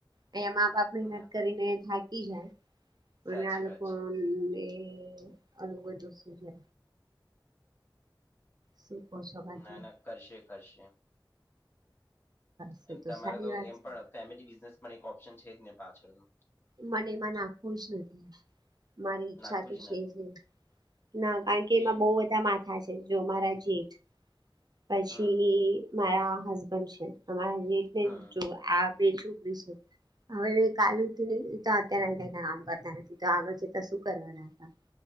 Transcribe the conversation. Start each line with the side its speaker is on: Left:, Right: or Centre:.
Right: અંયા મા બાપ મહેનત
Left: ના
Right: કરીને થાકી જાય. સ્કૂલ
Left: સાચી
Right: ના લોકો
Left: વાત છે
Right: ને ઓલુ બધું સૂઝે. શું કો છો બાકી?
Left: ના ના કરશે, કરશે.
Right: થશે
Left: અને
Right: તો
Left: તમારે
Right: સારી વાત
Left: એમ
Right: છે.
Left: પણ ફેમિલી બિઝનેસ પણ એક ઓપ્શન છે જ ને પાછળનો.
Right: મને એમાં નાખવું જ નથી. મારી ઈચ્છા
Left: નાખવું
Right: તો છે
Left: નથી
Right: જ નય ના કારણ કે એમાં
Left: કેમ
Right: બોવ જ માથા છે જો મારા જેઠ પછી
Left: હમ
Right: મારા હસબન્ડ છે, તમારા જેઠ ને
Left: હમ
Right: જોવા આ બે ચોકડી છે હવે કાલુ તો અત્યારે ક કામ કર તો આગળ જતા તો શું કરવાના હતા?